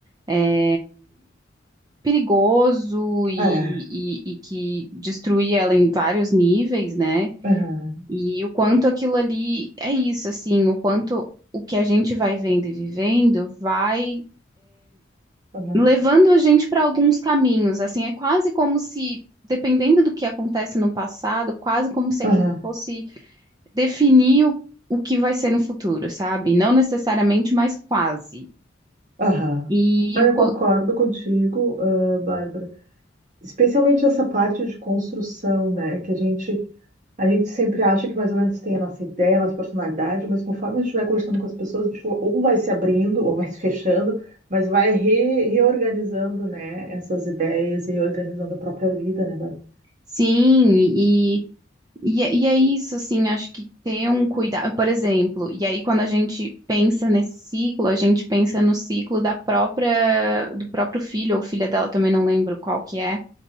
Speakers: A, on the right; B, on the right.
A: é, perigoso e,
B: é,
A: e, e que destruía ela em vários níveis, né?
B: aham,
A: E o quanto aquilo ali é isso, assim, o quanto o que a gente vai vendo e vivendo vai
B: aham,
A: levando a gente para alguns caminhos, assim, é quase como se, dependendo do que acontece no passado, quase como se
B: aham,
A: aquilo fosse definir o, o que vai ser no futuro, sabe? Não necessariamente, mas quase.
B: aham.
A: E
B: Não,
A: o,
B: eu
A: quan-
B: concordo contigo, ah, Bárbara. Especialmente essa parte de construção, né? Que a gente, a gente sempre acha que mais ou menos tem a nossa ideia, a nossa personalidade, mas conforme a gente vai conversando com as pessoas, a gente ou vai se abrindo ou vai se fechando, mas vai re- reorganizando, né? Essas ideias e organizando a própria vida, né, Bárbara?
A: sim, E, é- e é isso, assim, acho que ter um cuidado, por exemplo, e aí quando a gente pensa nesse ciclo, a gente pensa no ciclo da própria, do próprio filho ou filha dela, também não lembro qual que é,